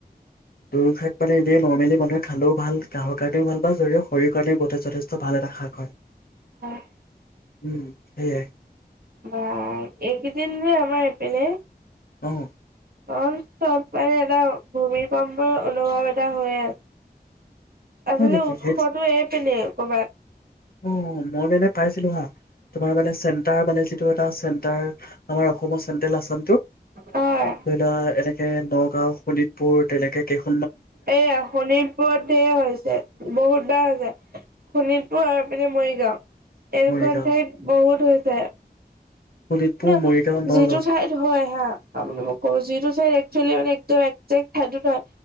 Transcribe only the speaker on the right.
হয়।
বা এইকেইদিন হে আমাৰ এই পিনে
অ', চব মানে এটা ভূমিকম্পৰ অনুভৱ এটা হৈ আছে। আজিলে
উৎসটো
এইপিনে। ক'ৰবাত।
হয়।
এইয়া শোণিতপুৰত ধেৰ হৈছে বহুত বাৰ হৈছে শোণিতপুৰ আৰু এইপিনে মৰিগাঁও। এইকেইখন
ঠাইত বহুত হৈছে। ছে।
নে
যিটো ঠাইত হয় হা। আপুনি মোক কব যিটো ঠাইত এক একিলিছ মানে একদম এক্ জেক ঠাইডোখৰ